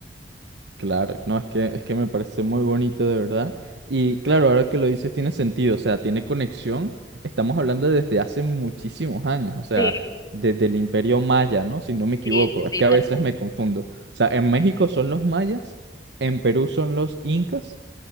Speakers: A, on the right; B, on the left.
A: Claro, no, es que, es que me parece muy bonito de verdad. Y claro, ahora que lo dices tiene sentido, o sea, tiene conexión. Estamos hablando desde hace muchísimos años, o sea,
B: Sí,
A: desde el Imperio Maya, ¿no? Si no me equivoco,
B: sí, sí,
A: es
B: sí,
A: que
B: tal
A: a veces
B: cual.
A: me confundo. O sea, en México son los mayas, en Perú son los incas